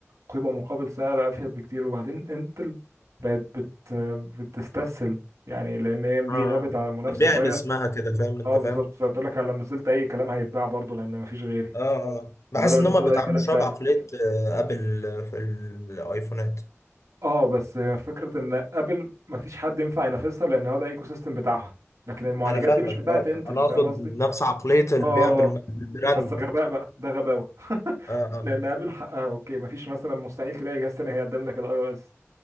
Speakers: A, on the right; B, on the left.
A: قيمة مقابل سعر أفيد بكتير وبعدين انتل بقت بت بتستسهل يعني لأن ام دي
B: اه
A: غابت عن المنافسة
B: بتبيع
A: شوية
B: باسمها كده فاهم انت
A: اه بالظبط
B: فاهم
A: فقلت لك لو نزلت أي كلام هيتباع برضه لأن مفيش غيري
B: اه اه بحس
A: فبدأوا ينزلوا
B: ان هما بيتعاملوا
A: أي كلام
B: شوية
A: فعلا
B: بعقلية آه، ابل آه، في الايفونات
A: اه بس فكرة إن أبل مفيش حد ينفع ينافسها لأن هو ده ايكو سيستم بتاعها لكن المعالجات
B: انا فاهمك
A: دي مش بتاعت
B: اه
A: انتل
B: انا
A: فاهم
B: اقصد
A: قصدي؟
B: نفس عقلية البيع
A: اه
B: بالم- بالبراند
A: بس غباء بقى ده غباوه <laughs>
B: اه اه
A: لان ابل حقها اوكي مفيش مثلا مستحيل تلاقي جهاز تاني هيقدم لك الاي او اس